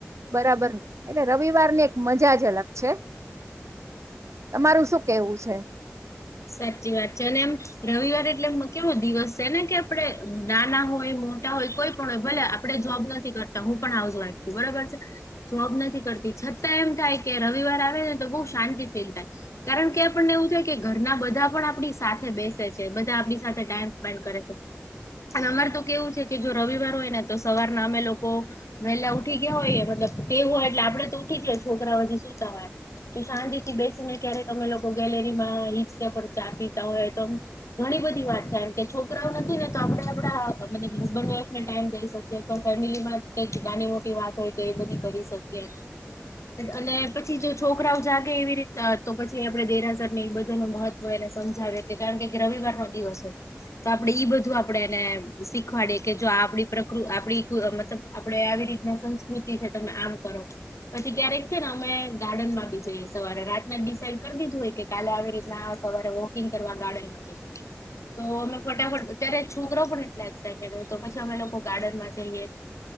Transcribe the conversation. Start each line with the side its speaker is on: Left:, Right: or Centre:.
Right: બરાબર ને એટલે રવિવારને મજા જ અલગ છે તમારું શું કેવું છે?
Left: સાચી વાત છે અને એમ રવિવાર એટલે કેવો દિવસ છે ને કે આપડે નાના હોય મોટા હોય કોઈ પણ હોય ભલે આ પડે જોબ નથી કરતા હું પણ હાઉસવાઈફ છું બરોબર છે. જોબ નથી કરતી છતાં એમ થાય કે રવિવાર આવે ને તો બહુ શાંતિ ફીલ થાય. કારણ કે આપણને એવું થાય કે ઘ રના બધા પણ આપણી સાથે બેસે છે બધા આપણી સાથે ટાઈમ સ્પેન્ડ કરે છે. અને અમારે તો કેવું છે કે, જો રવિવાર હોય ને, તો સવારના અમે લોકો વહેલા ઉઠી ગયા હોય, મતલબ તે હોય, એટલે આપડે તો ઉઠી જ છોકરાઓથી. કે શાંતિથી બેસીને, ક્યારેક અમે લોકો ગેલેરીમાં હીંચકા પર ચા પીતા હોય તો ઘણી બધી વાત થાય, એમ કે છોકરાઓ નથી ને, તો આપડે આપડા હસબન્ડે-વાઈફ ને, ટાઈમ દઈ શકીએ. ફેમિલીમાં કઈક નાની-મોટી વાત હોય કે, એ બધી કરી શકીએ. અને પછી જો છોકરાઓ જાગે, એવી રીત તો પછી આપે દેરાસર બધું. નુ મહત્વ એને સમજાવે, કારણ કે રવિવારનો દિવસ હોય. તો આપણેે ઈ બધું આપણેે એને શીખવાડીએ કે, જો આપણી પ્રકૃતિ, આપડી મતલબ. આપડે આવી રીતના સંસ્કૃતિ છે, તમે આમ કરો. પછી ક્યારેક છે ને, અમે ગાર્ડન માં બી જઈએ, સવારે રાતના ડિસાઇડ કરી દીધું હોય કે, કાલે આવે. એટ સવારે વોકિંગ કરવા ગાર્ડનમાં જ તો અમે ફટાફટ અત્યારે છોકરા પણ એટલા એક્સાઈટેડ હોય તો, પછી અમે લોકો ગાર્ડનમાં જઈએ.